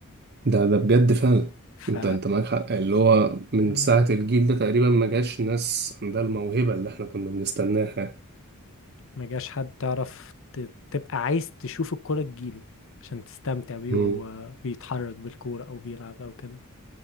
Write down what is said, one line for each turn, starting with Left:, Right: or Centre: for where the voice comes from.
Right: ده ده بجد فعلا
Left: ف
Right: انت انت معاك حق اللي هو من
Left: مم.
Right: ساعة الجيل ده تقريبا ما جاش ناس عندها الموهبة اللي احنا كنا بنستناها
Left: ما جاش حد تعرف ت- تبقى عايز تشوف الكوره تجيله عشان تستمتع بيه
Right: مم.
Left: وهو بيتحرك بالكوره او بيلعب او كده